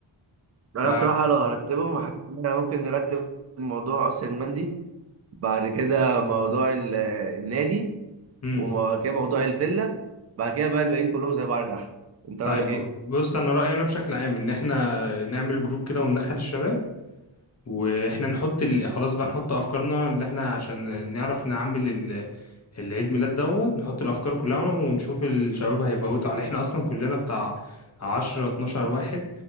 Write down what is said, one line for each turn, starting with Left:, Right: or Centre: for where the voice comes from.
Right: ده، أنا
Left: ف
Right: بصراحة لو هرتبهم حاسس إن إحنا ممكن نرتب موضوع قصر المندي بعد كده موضوع ال- النادي
Left: امم
Right: وبعد كده موضوع الفيلا بعد كده بقى الباقيين كلهم زي بعض تحت أنت
Left: طيب
Right: رأيك إيه؟
Left: بص انا رايي انا بشكل عام ان احنا نعمل جروب كده وندخل الشباب واحنا نحط ال... خلاص بقى نحط افكارنا اللي احنا عشان نعرف نعمل ال... العيد ميلاد دوت نحط الافكار كلها ونشوف الشباب هيفوتوا عليه احنا اصلا كلنا بتاع عشرة اتناشر واحد